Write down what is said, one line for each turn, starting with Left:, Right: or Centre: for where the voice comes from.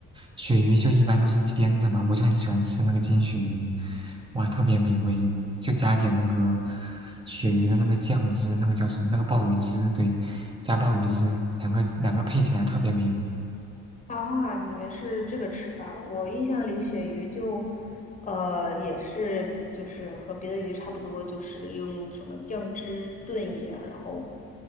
Right: 鳕鱼就一般都是煎着嘛，我就很喜欢吃那个煎鳕鱼，哇，特别美味，就加点那个鳕鱼的那个酱汁，那个叫什么？那个鲍鱼汁，对，加鲍鱼汁，两个两个配起来特别美味。
Left: 啊！你们是这个吃法，我印象里鳕鱼就，呃，也是就是和别的鱼差不多，就是用什么酱汁炖一下，然后，